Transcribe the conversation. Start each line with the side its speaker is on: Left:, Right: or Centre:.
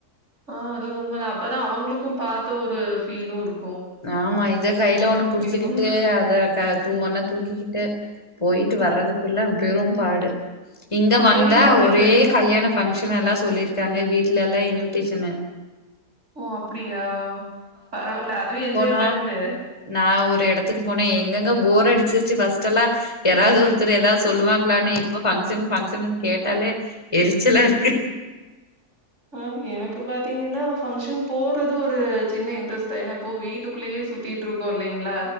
Right: ஆஹ் அது உண்மதான அப்பதா அவுங்களுக்கு பாத்த ஒரு ஃபீலுருக்
Left: ஆமா இத சைட்ல ஒண்ணு புடிச்சுக்கிட்டு
Right: போனா
Left: அத க தூ ஒண்ண தூக்கிக்கிட்டு போயிட்டு வர்றதுக் க்குள்ள பெரும்பாடு இங்க வந்தா
Right: பெரிய குழந்தைக்கு
Left: ஒரே
Right: வயசு
Left: கல்யாண பங்க்ஷனல்லா சொல்லிருக்காங்க வீட்லலெல்லா குட்டீஸுன்னு
Right: ஓ அப்புடியா பரவால அதையு என்ஜாய்
Left: அ
Right: பண்ணுங்க
Left: நா ஒரு எடத்துக்கு போன எங்க எங்க போர் அடிச்சிருச்சு ஃபஸ்ட்டெல்லா யாராவது ஒருத்தரு ஏதாவது சொல்லுவாங்களான்னு இப்ப பங்க்ஷன் பங்க்ஷன்னு கேட்டாலே எரிச்சலாருக்கு
Right: ஆஹ் எனக்கு பாத்தீங்ன்னா பங்க்ஷன் போறது ஒரு சின்ன இன்ட்ரெஸ்ட் தா ஏன்ன இப்போ வீட்டுக்குள்ளேயே சுத்திட்டுருக்கோ இல்லைங்களா